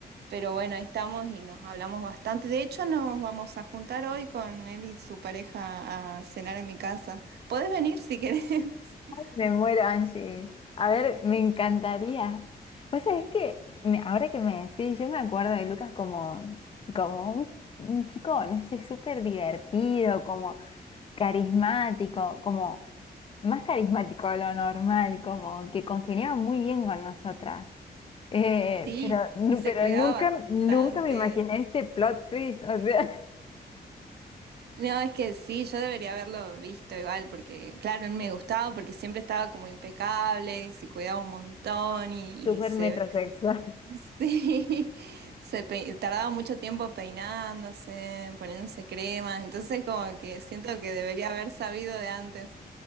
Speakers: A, on the right; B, on the left.
A: pero bueno, ahí estamos y nos hablamos bastante. De hecho, nos vamos a juntar hoy con él y su pareja a cenar en mi casa. Podés venir si querés. <laughs>
B: Me muero, Angie. A ver, me encantaría. Pues sabés que me- ahora que me decís, yo me acuerdo de Lucas como, como un, un chico, no sé, súper divertido, como carismático, como más carismático de lo normal, como que congeniaba muy bien con nosotras. Eh,
A: Sí,
B: pero, nu-
A: y se
B: pero
A: cuidaba
B: nunca, nunca
A: bastante.
B: me imaginé este plot twist, o sea,
A: No, es que sí, yo debería haberlo visto igual, porque claro, él me gustaba porque siempre estaba como impecable, y se cuidaba un montón
B: <laughs>
A: y,
B: súper
A: y se...
B: metrosexual.
A: Sí, <laughs> se pe- tardaba mucho tiempo peinándose, poniéndose cremas, entonces como que siento que debería haber sabido de antes,